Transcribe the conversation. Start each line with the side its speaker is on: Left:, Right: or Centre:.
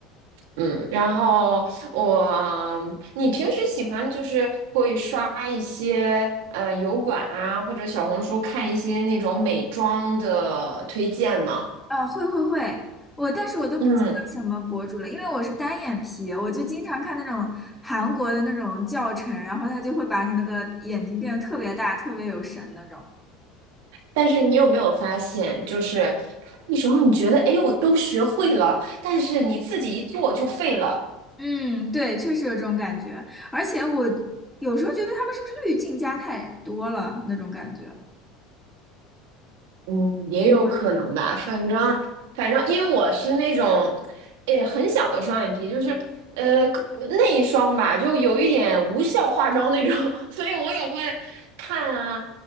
Right: 嗯，然后我，你平时喜欢就是会刷一些呃油管啊，或者小红书看一些那种美妆的推荐吗？
Centre: 啊，会会会，我但是我都不记得什么博主了，
Right: 嗯，
Centre: 因为我是单眼皮，我就经常看那种韩国的那种教程，然后他就会把你那个眼睛变得特别大，特别有神那种。
Right: 但是你有没有发现，就是看的时候你觉得，哎，我都学会了，但是你自己一做就废了。
Centre: 嗯，对，确实有这种感觉，而且我有时候觉得他们是不是滤镜加太多了那种感觉。
Right: 嗯，也有可能吧，
Centre: 你会
Right: 反正反正，因为我是那种，诶，很小的双眼皮，就是呃内双吧，就有一点无效化妆那种，<laughs> 所以我也会看啊，